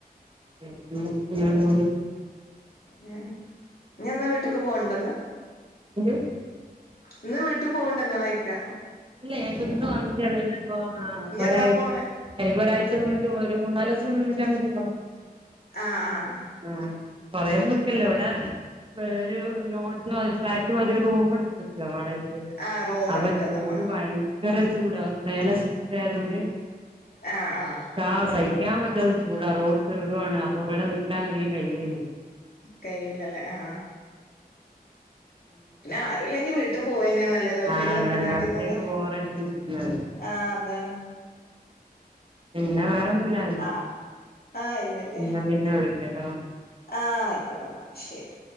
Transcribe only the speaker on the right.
ഉം ഉ അങ്ങനെ പോന്നു
<unintelligible>
ഇല്ല ഞൻ പ്പം ഇന്ന് വന്നിട്ടേള്ളു ഇനിയിപ്പോ ആ
ഒരാഴ്
എനിപ്പോ ഒരാഴ്ച നിന്നിട്ട് ഒരു മൂന്നാല് ദിവസം നിന്നിട്ട് അങ്ങ് പോണം
ആ കൊറേ നിക്ക്ല്ലേ ഇവിടെ വേറരു ലോട്ജോ ഫ്ലാറ്റ് മാതിരി ഒരു റൂം എ ജ വാടകക്ക്
അപ്പൊ
ചൂട്
ഭയങ്കര ചൂടാ മേലെ സീറ്റ് ആയത് കെണ്ട്
അ സത് നിക്കാൻ പറ്റാത്ത ചൂടാ റോഡ് സൈഡുവാണ് അപ്പൊ ഇവ്ടെ നിക്കാൻ അധികം കഴിയലില്ല
ആ
അതന്നെ ഒറ്റക്ക്
ബോറടിച്ചിരിക്കുന്നല്ലേ
പിന്നെ വേറെന്നുല്ലായിരുന്നു
ന്ന പിന്നെ വിളി ഇട്ടട്ടും